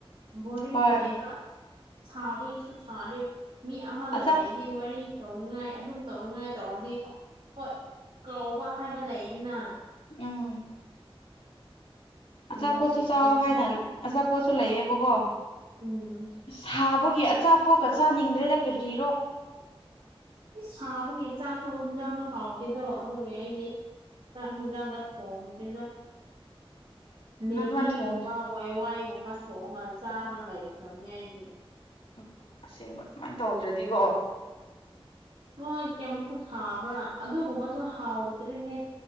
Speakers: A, on the right; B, on the left.
A: ꯕꯣꯔꯤꯡ
B: ꯍꯣꯏ
A: ꯑꯣꯏꯌꯦꯕ ꯁꯥꯕꯒꯤꯁꯨ ꯁꯥꯔꯦ ꯃꯤ ꯑꯃꯒ
B: ꯑꯆꯥꯞ
A: ꯂꯩꯔꯗꯤ ꯋꯥꯔꯤ ꯇꯧꯅꯤꯉꯥꯏ ꯑꯗꯨꯝ ꯇꯧꯅꯤꯡꯉꯥꯏ ꯇꯧꯔꯗꯤ ꯍꯣꯏ ꯀꯥꯎꯕ ꯍꯥꯏꯕ ꯂꯩꯗꯅ
B: ꯎꯝ
A: ꯍꯟꯗꯛꯇꯤ
B: ꯑꯆꯥꯄꯣꯠꯁꯨ ꯆꯥꯎ
A: ꯑꯗꯨꯁꯨ
B: ꯍꯥꯏꯅ
A: ꯅꯠꯇꯦ
B: ꯑꯆꯥꯄꯣꯠꯁꯨ ꯂꯩꯌꯦꯕꯀꯣ
A: ꯎꯝ
B: ꯁꯥꯕꯒꯤ ꯑꯆꯥꯄꯣꯠꯀ ꯆꯥꯅꯤꯡꯗ꯭ꯔꯦꯗ ꯀꯔꯤꯔꯣ
A: ꯢꯁ ꯁꯥꯕꯒꯤ ꯆꯥꯛꯁꯨ ꯌꯦꯟꯖꯥꯡꯁꯨ ꯍꯥꯎꯗꯦꯗꯣ ꯑꯗꯨꯒꯤ ꯑꯩꯗꯤ ꯆꯥꯛ ꯔꯦꯟꯁꯥꯡꯒ ꯊꯣꯡꯗꯦꯗ
B: <unintelligible>
A: ꯃꯦꯒꯤꯒꯨꯝꯕ
B: ꯊꯣꯡ
A: ꯋꯥꯢꯋꯥꯏꯒꯨꯝꯕ ꯊꯣꯡꯉꯒ ꯆꯥꯔ ꯂꯩꯈ꯭ꯔꯕꯅꯦ ꯑꯩꯗꯤ
B: ꯎꯝ ꯑꯁꯦꯡꯕ ꯑꯗꯨꯃꯥꯏꯅ ꯇꯧꯗ꯭ꯔꯗꯤꯀꯣ
A: ꯍꯣꯏ ꯀꯩꯃꯨꯛꯁꯨ ꯁꯥꯕ꯭ꯔꯥ ꯑꯗꯨꯒꯨꯝꯕꯁꯨ ꯍꯥꯎꯗ꯭ꯔꯤꯅꯦ